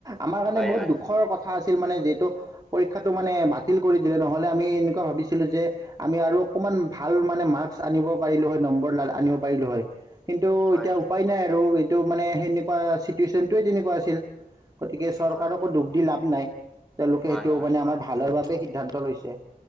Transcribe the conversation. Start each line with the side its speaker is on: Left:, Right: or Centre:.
Right: আমাৰ কাৰণে
Centre: হয়
Right: বহুত
Centre: হয়।
Right: দুখৰ কথা। আছিল মানে যিহেতু পৰীক্ষাটো মানে বাতিল কৰি দিলে নহলে আমি এনেকুৱা ভাবিছিলো যে। আমি আৰু অকমান ভাল মানে মাৰ্কচ আনিব পাৰিলো হয় নম্বৰ ল আনিব পাৰিলো হয়। কিন্তু
Centre: হয়
Right: এতিয়া
Centre: হয়
Right: উপায় নাই আৰু এইটো মানে সেনেকুৱা চিটুৱেশচনটোৱে তেনেকুৱা আছিল। গতিকে চৰকাৰকো
Centre: হয় হয়।
Right: দুখ দি লাভ নাই তেওঁলোকে
Centre: হয়
Right: সেইটো
Centre: হয়
Right: মানে আমাৰ ভালৰ বাবে সিদ্ধান্ত লৈছে।